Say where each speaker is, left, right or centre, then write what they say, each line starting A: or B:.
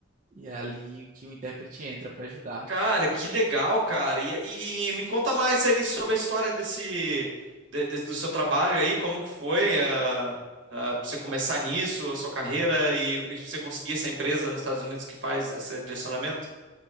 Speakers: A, on the right; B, on the right.
A: E é ali que o intérprete entra para ajudar.
B: Cara, que legal, cara. E, e- e me conta mais aí sobre a história desse, de- de- do seu trabalho aí, como que foi, ah, ah, pra você começar nisso, a sua carreira e, e você conseguir essa empresa nos Estados Unidos que faz esse direcionamento?